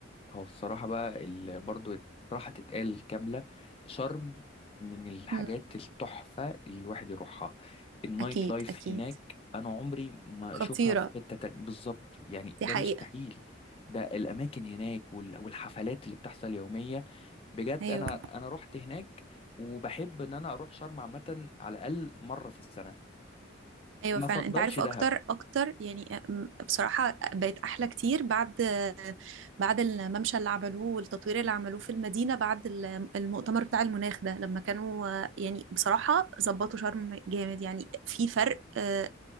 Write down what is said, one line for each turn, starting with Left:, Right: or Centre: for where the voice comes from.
Left: هو الصراحة بقى ال... برضو الصراحة تتقال كاملة شرم من الحاجات
Right: <laughs>
Left: التحفة اللي الواحد يروحها النايت
Right: اكيد
Left: لايف
Right: اكيد
Left: هناك أنا عمري ما
Right: خطيره
Left: أشوفها في حتة تانية بالظبط يعني
Right: دي
Left: ده
Right: حقيقه
Left: مستحيل ده الأماكن هناك وال... والحفلات اللي بتحصل يومية بجد
Right: ايوه
Left: أنا أنا رحت هناك وبحب إن أنا أروح شرم عامة على الأقل مرة في السنة
Right: ايوه
Left: ما
Right: فعلا
Left: أفضلش
Right: انت عارف
Left: دهب
Right: اكتر اكتر يعني أم- بصراحه بقت احلى كتير بعد بعد الممشى اللي عملوه والتطوير اللي عملوه في المدينة بعد ال- المؤتمر بتاع المناخ ده لما كانوا آه، يعني بصراحة ظبطوا شرم جامد يعني في فرق آه،